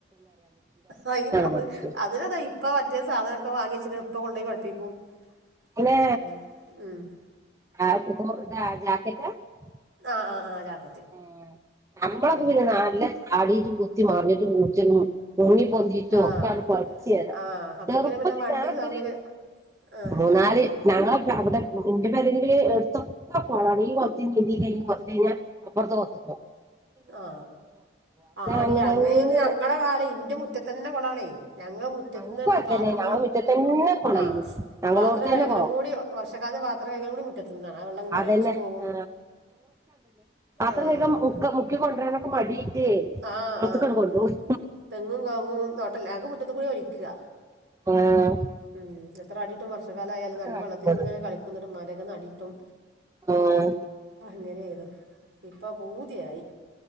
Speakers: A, on the right; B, on the right.
A: അ
B: പഠിപ്പിച്ചത്
A: അതിനതാ ഇപ്പൊ മറ്റേ സാധനമൊക്കെ വാങ്ങി വെച്ചകണ് ഇപ്പൊ കൊണ്ടുപോയി വെള്ള
B: പിന്നെ
A: <unintelligible>
B: <unintelligible>
A: ആ ആ ജാക്കറ്റ്
B: ആ നമ്മളൊക്കെ
A: അതന്നെ
B: പിന്നെ നല്ല ചാടീട്ടും കുത്തി മാറിഞ്ഞിട്ടും മൂച്ചു മുങ്ങിപൊന്തിയിട്ടും
A: ആഹ്
B: ഒക്കെ ആണ് പഠിച്ചത്
A: ആഹ് അപ്പക്കിന്
B: ചെറുപ്പത്തിൽ
A: പിന്നെ വണ്ടി
B: ഞാൻ
A: സൗകര്യം ആഹ്
B: മൂന്നാല് ഞങ്ങള അവിടെ എന്റെ പേരില് എഴുത്തൊക്കെ കൊളാണ് കോലത്തി കൊറച്ച് കഴിഞ്ഞാൽ അപ്പർത്ത് വ
A: ആ ആടിയ
B: അങ്ങനെ
A: അങ്ങനെന്ന്
B: അങ്ങനെ
A: ഞങ്ങളടെ കാല ഇന്റെ മുറ്റത്തന്നെ കൊള്ളാണേ ഞങ്ങൾ മുറ്റത്ത്ന്ന്
B: ഞങ്ങൾക്ക് അതന്നെ
A: പാത്രം
B: ഞങ്ങളെ മുറ്റത്ത് തന്നെ കുളയിന്
A: ആ
B: ഞങ്ങളോട്
A: പാത്രം
B: തന്നെ
A: കഴുകലും
B: കുളം
A: കൂടി വർഷക്കാല പാത്രം കഴുകലും കൂടിമുറ്റത്ത്ന്നാണ് ആ വെള്ളം അങ്ങനെ
B: അതന്നെ
A: ഒലിച്ചു
B: ആ,
A: പോകും
B: അത്ര
A: ആഹ്
B: വേഗം മുക്ക മുക്കി കൊണ്ടരാനൊക്കെ മടിയില്ലേ
A: ആഹ്
B: ഉമ്മറത്തേക്കങ്ങ്
A: ആഹ്
B: കൊണ്ടോയി
A: തെങ്ങും കോങ്ങും തോട്ടല്ല അങ് മുറ്റത്ത് കൂടി ഒലിക്കുക
B: ആഹ
A: ഉം എത്ര അടിയിട്ടും വർഷകാല ആയാലുംറകി
B: കാട്ടിയിരുന്നത്
A: വെള്ളത്തിൽ ഇങ്ങനെ കളിക്കുന്നുിട്ട്മാരക്കെ അടിട്ടും
B: ആ,
A: അങ്ങനൊയിതു ഇപ്പ ഊതിയായി